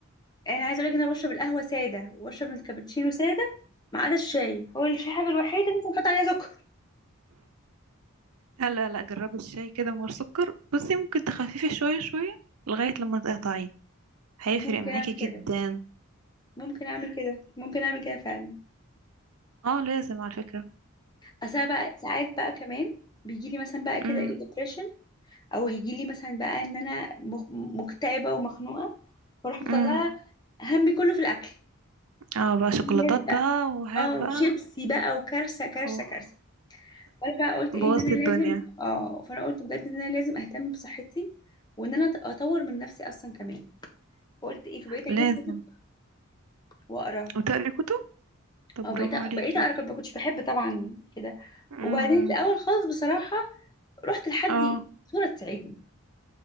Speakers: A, on the left; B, on the right.
A: انا عايزه اقول لك ان انا بشرب القهوه ساده وبشرب من الكابتشينو ساده ما عدا الشاي هو الشاي الحاجه الوحيده اللي ممكن احط عليها سكر
B: لا لا لا جربي الشاي كده من غير سكر بصي ممكن تخففي شويه شويه لغايه لما تقطعيه هيفرق
A: ممكن
B: معاكي
A: اعمل كده
B: جدا
A: ممكن اعمل كده ممكن اعمل كده فعلا
B: اه لازم على فكره
A: اصل أنا بقى ساعات بقى كمان بيجي لي مثلا بقى كده
B: امم
A: ايه depression او يجي لي مثلا بقى ان انا مخ- مكتئبه ومخنوقه فاروح مطلعه
B: امم
A: همي كله في الاكل
B: اه بقى شوكولاتات
A: لازم بقى
B: بقى وهات
A: اه
B: بقى
A: شيبسي بقى وكارثه كارثه
B: أوه.
A: كارثه فانا بقى قلت ايه
B: بوظت
A: ان انا لازم
B: الدنيا
A: اه فانا قلت بجد ان انا لازم اهتم بصحتي وان انا أط- اطور من نفسي اصلا كمان فقلت ايه فبقيت اجيب
B: لازم
A: كتب واقرا
B: وتقري كتب طب
A: اه
B: برافو
A: بقيت
B: عليكي
A: بقيت اقرا كنت- ما كنتش بحب طبعا كده
B: امم
A: وبعدين
B: امم.
A: في الاول خالص بصراحه رحت لحد
B: اه
A: دكتوره تساعدني